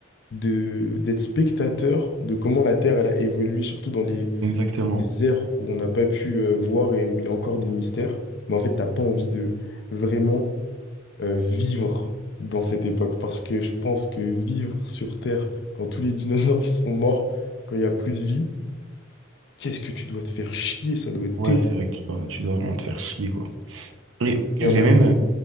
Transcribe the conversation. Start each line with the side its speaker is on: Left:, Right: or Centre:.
Left: de, d'être spectateur de comment la Terre elle a évolué, surtout dans les,
Right: Exactement.
Left: les ères où on n'a pas pu euh, voir et où il y a encore des mystères. Mais en fait, t'as pas envie de vraiment euh, vivre dans cette époque, parce que je pense que vivre sur Terre, quand tous les dinosaures ils sont morts, quand il n'y a plus de vie, Qu'est-ce que tu dois te faire chier, ça doit être
Right: Ouais,
Left: terrible.
Right: c'est vrai que tu dois, tu dois vraiment te faire chier, quoi. Et j'ai
Left: Il y en a.
Right: même, euh,